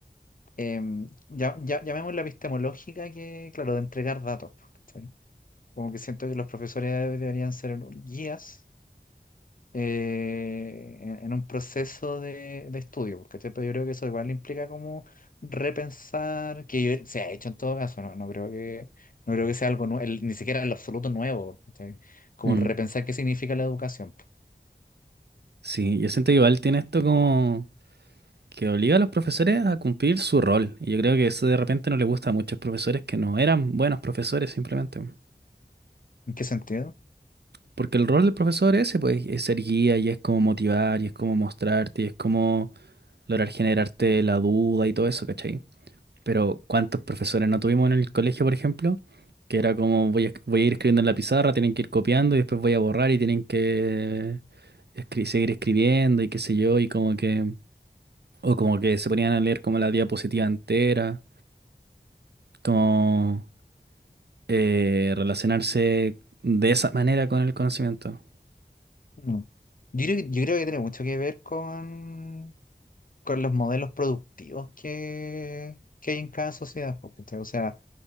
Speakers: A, on the left; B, on the right.
A: em, ya, ya- llamémosla epistemológica, que, claro, de entregar datos. po, ¿cachai? Como que siento que los profesores deberían ser guías eh, en, en un proceso de, de estudio, porque Pero yo creo que eso igual implica como repensar, que yo- se ha hecho en todo caso, no, no creo que, no creo que sea algo nuevo, ni siquiera en lo absoluto nuevo, ¿cachai? Como
B: Mm,
A: repensar qué significa la educación. po.
B: sí, yo siento que igual tiene esto como que obliga a los profesores a cumplir su rol. Y yo creo que eso de repente no le gusta a muchos profesores que no eran buenos profesores simplemente.
A: ¿En qué sentido?
B: Porque el rol del profesor ese, pues, es ser guía y es como motivar y es como mostrarte y es como lograr generarte la duda y todo eso, ¿cachai? Pero ¿cuántos profesores no tuvimos en el colegio, por ejemplo? Que era como voy a, voy a ir escribiendo en la pizarra, tienen que ir copiando y después voy a borrar y tienen que escri- seguir escribiendo y qué sé yo, y como que... O como que se ponían a leer como la diapositiva entera, como eh, relacionarse de esa manera con el conocimiento.
A: Mm. Yo creo que, yo creo que tiene mucho que ver con, con los modelos productivos que, que hay en cada sociedad, porque, o sea,